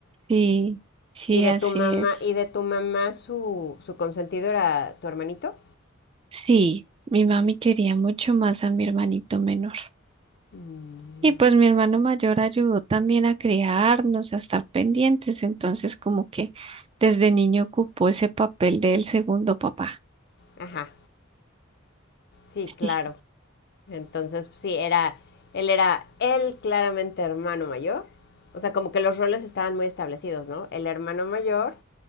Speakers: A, on the right (about 25°); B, on the left (about 55°).
A: Sí, sí,
B: ¿Y de
A: así
B: tu mamá,
A: es.
B: y de tu mamá su, su consentido era tu hermanito?
A: Sí, mi mami quería mucho más a mi hermanito menor.
B: Mm.
A: Y pues mi hermano mayor ayudó también a criarnos, a estar pendientes, entonces como que desde niño ocupó ese papel del segundo papá.
B: Ajá, sí, claro.
A: Sí.
B: Entonces, pues, sí, era, él era, él claramente hermano mayor. O sea, como que los roles estaban muy establecidos, ¿no? El hermano mayor,